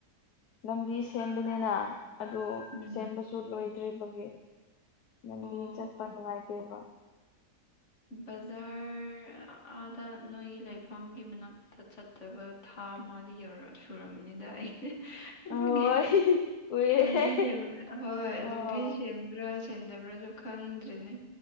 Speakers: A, on the left (about 70°); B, on the left (about 45°).
A: ꯂꯝꯕꯤ ꯁꯦꯝꯕꯅꯤꯅ ꯑꯗꯣ
B: ꯎꯝ
A: ꯁꯦꯝꯕꯁꯨ ꯂꯣꯏꯗ꯭ꯔꯤꯕꯒꯤ ꯂꯝꯕꯤ
B: ꯑꯣ
A: ꯆꯠꯄ ꯅꯨꯡꯉꯥꯏꯇꯦꯕ
B: ꯕꯖꯥꯔ ꯑꯥꯗ ꯅꯣꯏꯒꯤ ꯂꯩꯐꯝꯒꯤ ꯃꯅꯥꯛꯇ ꯆꯠ ꯐꯠꯇꯕ ꯊꯥ ꯑꯃꯗ ꯌꯧꯔ ꯁꯨꯔꯝꯃꯅꯤꯗ ꯑꯩꯗꯤ ꯑꯗꯨꯒꯤ
A: ꯑꯣꯏ ꯀꯨꯏꯔꯦ
B: ꯂꯝꯕꯤ ꯁꯦꯝꯕ ꯍꯣꯏ
A: ꯑꯣ
B: ꯂꯝꯕꯤ ꯁꯦꯝꯕ꯭ꯔꯥ ꯁꯦꯝꯗꯕ꯭ꯔꯥꯁꯨ ꯈꯪꯗ꯭ꯔꯤꯅꯦ